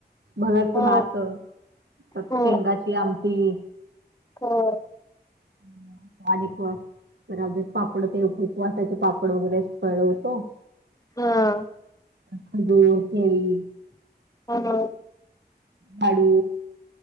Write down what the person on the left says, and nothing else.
हो
हो
<inaudible>
हा.
हो ना.